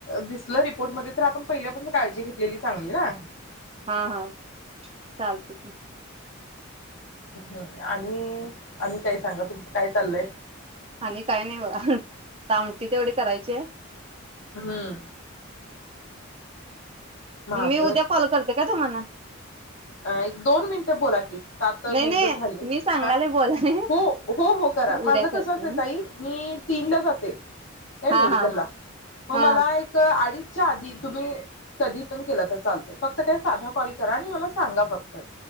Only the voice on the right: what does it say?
हा हा चालतय की
आणि काय नाही बघा? आमटी तेवढी करायची आहे
मी उद्या कॉल करते का तुम्हाला?
नाही
नाही
मी सांगायला
बोलाय
उद्या करते
ना
हा
हा
हा